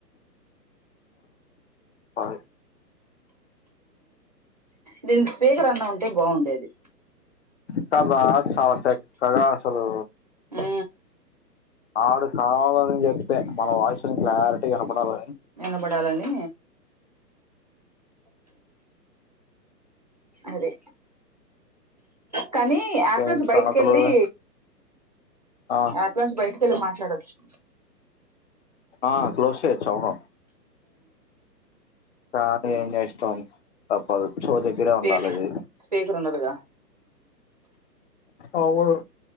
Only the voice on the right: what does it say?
దీని స్పీకర్ అన్నా ఉంటే బాగుండేది
ఆ
నినబడాలని అదే కానీ యాప్
నుంచి బయటికి
వెళ్ళి
అట్లా నుంచి బయటికెళ్ళి మాట్లాడవచ్చు
స్పీ
స్పీకర్ ఉండదుగా